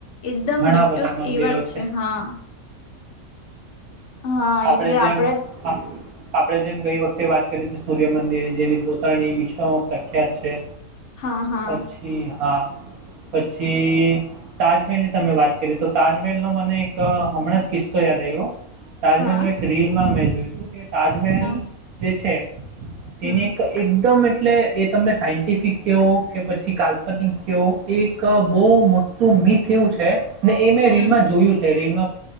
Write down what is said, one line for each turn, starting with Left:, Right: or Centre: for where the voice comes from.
Left: એકદમ
Right: ઘણા
Left: ડિક્ટોસ
Right: બધા મંદિરો
Left: એવા જ છે હા. હા
Right: આપણે
Left: એટલે
Right: જેમ
Left: આપડે
Right: આ આપણે જેમ ગઈ વખતે વાત કરી હતી સૂર્યમંદિર જેની પોતાની વિશા પ્રખ્યાત છે.
Left: હા હા
Right: પછી હા પછી તાજમહેલ તમે વાત કરી તો તાજમહેલનો મને એક હમણાં જ કિસ્સો યાદ આવ્યો તાજમહેલ
Left: હા
Right: ન એક રીલ માં અમે જો તું કે તાજમહેલ
Left: હા
Right: જે છે તેની
Left: હમ
Right: એક એકદમ એટલે એ તમે સાયન્ટિફિક કેહો કે પછી કાલ્પનિક કેવો એ એક બહુ મોટું મીથ એવું છે હે ને એ મેં
Left: હમ
Right: રીલ માં જોયું છે. રલ